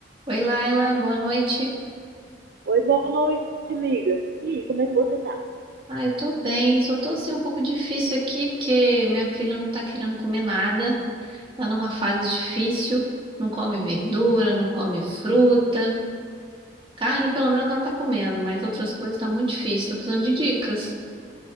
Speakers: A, on the right; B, on the right.
A: Oi, Laila, boa noite.
B: Oi, boa noite, amiga. E aí, como é que você tá?
A: Ah, eu tô bem, só tô assim um pouco difícil aqui porque minha filha não tá querendo comer nada, tá numa fase difícil, não come verdura, não come fruta, carne pelo menos ela tá comendo, mas outras coisas tá muito difícil, tô precisando de dicas.